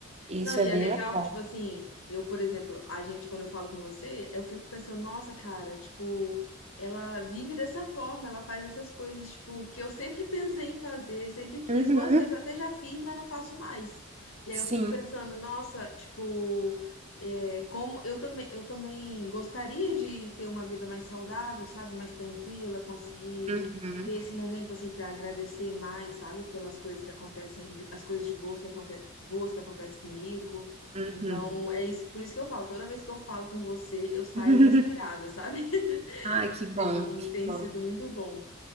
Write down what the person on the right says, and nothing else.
Isso
é
bem
legal.
Uhum,
sim.
Uhum,
uhum.
<laughs>
Ai, que bom,
que
bom.